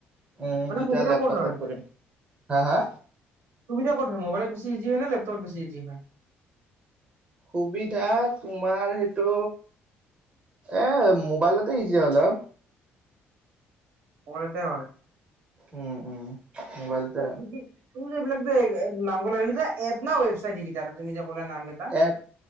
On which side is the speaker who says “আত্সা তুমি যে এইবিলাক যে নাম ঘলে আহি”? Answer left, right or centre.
Right